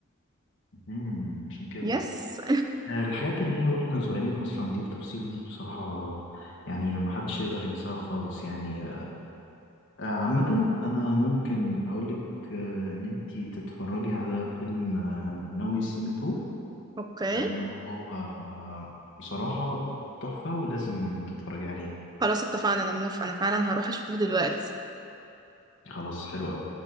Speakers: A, on the left; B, on the right.
A: امم عشان كده
B: يس
A: آه، الحاجات اللي هي واحنا صغيرين اصلا دي التفاصيل دي بصراحة يعني ما حدش يقدر ينساها خالص يعني آه، عامة أنا ممكن أقولك آه، إن أنتي تتفرجي على فيلم آه، ناوي سي مي تو
B: <laughs> اوكي
A: لأن هو آه، بصراحة تحفة ولازم تتفرجي عليه
B: خلاص اتفقنا انا موافقة انا فعلا هروح اشوفه دلوقتي
A: خلاص حلو أوي